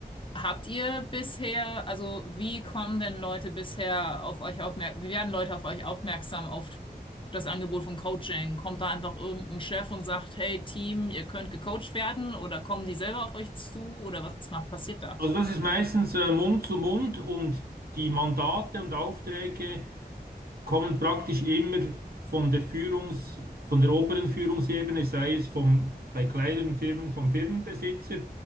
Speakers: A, on the left; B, on the right.
A: Habt ihr bisher, also wie kommen denn Leute bisher auf euch aufmerksam, wie werden Leute auf euch aufmerksam auf das Angebot von Coaching? Kommt da einfach irgendein Chef und sagt, hey Team, ihr könnt gecoacht werden oder kommen die selber auf euch zu oder was macht, passiert da?
B: Also das ist meistens äh, Mund zu Mund und die Mandate und Aufträge kommen praktisch immer von der Führungs, von der oberen Führungsebene, sei es vom, bei kleineren Firmen vom Firmenbesitzer